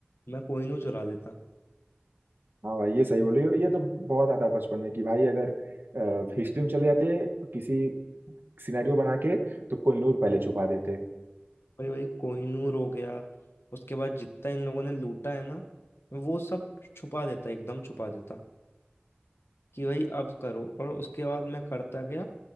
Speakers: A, on the left (about 85°); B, on the right (about 60°).
A: मैं कोहिनूर चुरा लेता
B: हाँ भाई ये सही बोले हो, ये तो बहुत आता बचपन में कि भाई अगर हिस्ट्री में चले जाते किसी सिनेरियो बना के तो कोहिनूर पहले छुपा देते
A: भाई भाई कोहिनूर हो गया उसके बाद जितना इन लोगों ने लूटा है ना वो सब छुपा देता एकदम छुपा देता कि भाई अब करो और उसके बाद मैं करता क्या